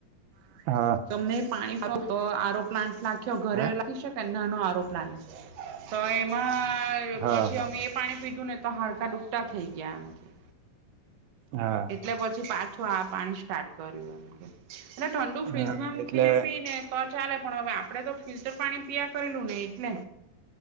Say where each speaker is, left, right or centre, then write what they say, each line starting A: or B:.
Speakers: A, on the right; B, on the right.
A: જાય હા
B: તમને પાણી <unintelligible> તો આરો પ્લાન્ટ લખ્યો ઘરે
A: હે
B: લખી શકે નાનો આરો પ્લાન્ટ. તો એમાં
A: હા
B: પછી
A: હા
B: અમે એ પાણી પીધું ને. તો હાડકા ડુકટા થઈ ગયા આમથી
A: હા
B: એટલે પછી પાછ તો આ પાણી સ્ટાર્ટ કર્યું એમ કે એટલે ઠંડુ ફ્રીજમાં
A: હા
B: મૂકીને
A: એટલે
B: પીને. તો ચાલે પણ હવે આપડે તો ફિલ્ટર પાણી પયા કરેલું ને એટલે.